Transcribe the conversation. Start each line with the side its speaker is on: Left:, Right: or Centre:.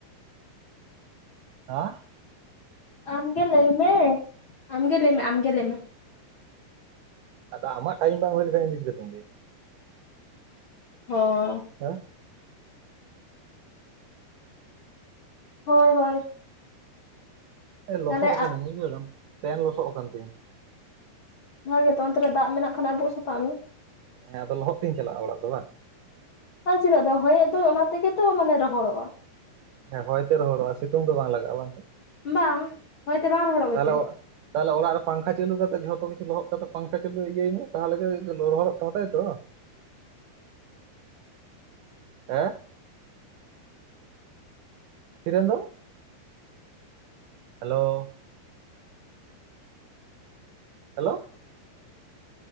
Right: ᱦᱟ
Left: ᱟᱢ ᱜᱮ ᱞᱟᱹᱭ ᱢᱮ? ᱟᱢ ᱜᱮ ᱞᱟᱹᱭᱢᱮ ᱟᱢ ᱜᱮ ᱞᱟᱹᱭ ᱢᱮ᱾
Right: ᱟᱫᱚ ᱟᱢᱟᱜ ᱴᱟᱭᱤᱢ ᱵᱟᱝ ᱦᱩᱭ ᱞᱮᱠᱷᱟᱱ ᱤᱧ ᱫᱚ ᱪᱤᱠᱟᱹᱛᱤᱧ ᱞᱟᱹᱭᱟ᱾
Left: ᱦᱚᱸ
Right: ᱦᱮᱸ,
Left: ᱦᱳᱭ ᱦᱳᱭ
Right: ᱞᱚᱥᱚᱜ
Left: ᱛᱟᱦᱚᱞᱮ
Right: ᱠᱟᱹᱱᱟᱹᱧ ᱵᱩᱡᱷᱟᱹᱣ ᱫᱟᱢ ᱯᱮᱱ ᱞᱚᱥᱚᱜ ᱠᱟᱱ ᱛᱤᱧᱟ᱾
Left: ᱦᱳᱭ ᱜᱮᱛᱚ ᱚᱱᱛᱮ ᱨᱮ ᱫᱟᱜ ᱢᱮᱱᱟᱜ ᱠᱷᱟᱱ ᱟᱵᱩᱜ ᱥᱟᱯᱷᱟᱜ ᱢᱮ᱾
Right: ᱦᱮᱸ ᱟᱫᱚ ᱞᱚᱦᱚᱫ ᱛᱤᱧ ᱪᱟᱞᱟᱜᱼᱟ ᱚᱲᱟᱜ ᱫᱚ ᱵᱟᱝ,
Left: ᱟᱨ ᱪᱮᱫᱟᱜ ᱫᱚ ᱦᱚᱭᱮᱜ ᱫᱚ ᱚᱱᱟ ᱛᱮᱜᱮ ᱛᱚ ᱢᱟᱱᱮ ᱨᱚᱦᱚᱲᱚᱜᱼᱟ᱾
Right: ᱦᱮᱸ ᱦᱚᱭᱛᱮ ᱨᱚᱦᱚᱲᱚᱜᱼᱟ ᱥᱤᱛᱩᱝ ᱫᱚ ᱵᱟᱝ ᱞᱟᱜᱟᱜᱼᱟ ᱵᱟᱝ ᱥᱮ,
Left: ᱵᱟᱝ, ᱦᱚᱭᱛᱮ ᱵᱟᱝ ᱨᱚᱦᱚᱲᱚᱜ
Right: ᱛᱟᱦᱚᱞᱮ,
Left: ᱜᱮᱛᱮ
Right: ᱛᱟᱦᱚᱞᱮ ᱚᱲᱟᱜ ᱨᱮ ᱯᱟᱝᱠᱷᱟ ᱪᱟᱞᱩ ᱠᱟᱛᱮᱜ ᱡᱷᱚᱛᱚ ᱠᱤᱪᱷ ᱞᱚᱦᱚᱫ ᱠᱟᱛᱮ ᱯᱟᱝᱠᱷᱟ ᱪᱟᱹᱞᱩ ᱤᱭᱟᱹᱭ ᱢᱮ ᱛᱟᱦᱚᱞᱮ ᱜᱮ ᱨᱚᱦᱚᱲᱚᱜ ᱛᱚᱢᱟ ᱛᱟᱭᱛᱚ ᱵᱟᱝ, ᱦᱮᱸ, ᱛᱤᱨᱮᱢ ᱫᱚᱢ? Hello, hello